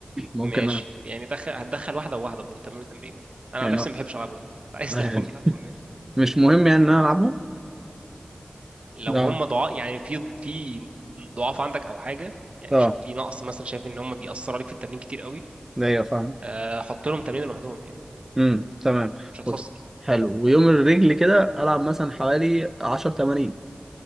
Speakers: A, on the right; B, on the right.
A: ممكن
B: ماشي
A: انا
B: يعني دخل هتدخل واحده وواحده برضه تمرين وتمرين انا
A: يعني
B: عن نفسي ما بحبش العبهم عايز
A: آه،
B: تلعبهم العبهم
A: مش مهم يعني ان انا العبهم
B: لو
A: اه
B: هم ضعاف يعني في في ضعاف عندك او حاجه يعني
A: اه
B: شايف في نقص مثلا شايف ان هم بيأثروا عليك في التمرين كتير قوي
A: ايوه فاهمك
B: آه، حط لهم تمرين لوحدهم يعني
A: امم تمام
B: مش هتخسر
A: وط- حلو ويوم الرجل كده العب مثلا حوالي 10 تمارين